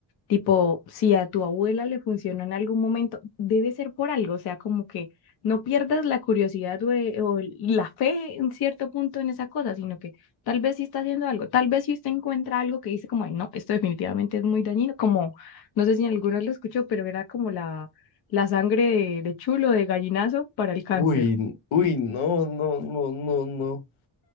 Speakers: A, on the left; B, on the left.
A: Tipo, si a tu abuela le funcionó en algún momento, debe ser por algo, o sea, como que no pierdas la curiosidad o, e- o el- la fe en cierto punto en esa cosa, sino que tal vez sí está haciendo algo, tal vez si usted encuentra algo que dice como, "Ay, no, esto definitivamente es muy dañino, como, no sé si alguno lo escuchó, pero era como la, la sangre de, de chulo, de gallinazo para el cáncer.
B: Uy, n- uy, no, no, no, no, no.